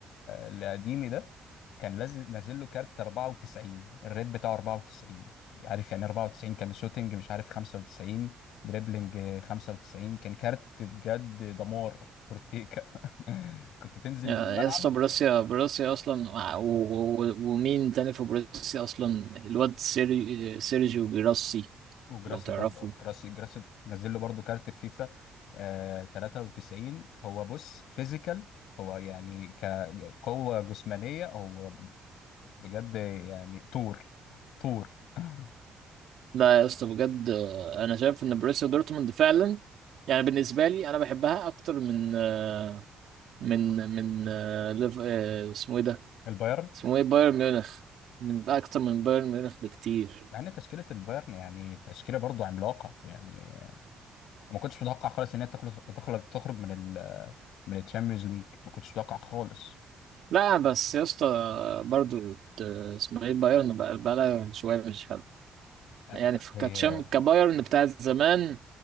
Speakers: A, on the left (about 85°); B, on the right (about 60°).
A: القديمي ده كان نازل نازل له كارت 94 الريت بتاعه 94 عارف يعني 94 كان شوتنج مش عارف 95 دريبلينج 95 كان كارت بجد دمار فورتيكا <laughs> كنت تنزل
B: يا
A: بيه الملعب
B: اسطى بروسيا بروسيا اصلا آه، و... و... و- ومين تاني في بروسيا اصلا الواد سيري... سيرجيو جيراسي
A: وجراسي
B: لو تعرفه
A: برضه جراسي جراسي نزل له برضه كارت في فيفا آه 93 هو بص فيزيكال هو يعني كقوة جسمانية هو بجد يعني طور طور <laughs>
B: لا يا اسطى بجد آه، انا شايف ان بروسيا دورتموند فعلا يعني بالنسبه لي انا بحبها اكتر من آه، من من آه، ليف- آه، اسمه ايه ده
A: البايرن
B: اسمه ايه بايرن ميونخ من اكتر من بايرن ميونخ بكتير
A: مع ان تشكيلة البايرن يعني تشكيلة برضه عملاقة يعني ما كنتش متوقع خالص ان هي تخلص تخرج تخرج من ال من الشامبيونز ليج ما كنتش متوقع خالص
B: لا بس يا اسطى برضو ت- اسمه ايه بايرن بقى بقى شويه مش حلو
A: آه،
B: يعني في-
A: هي
B: كتشام كبايرن بتاعت زمان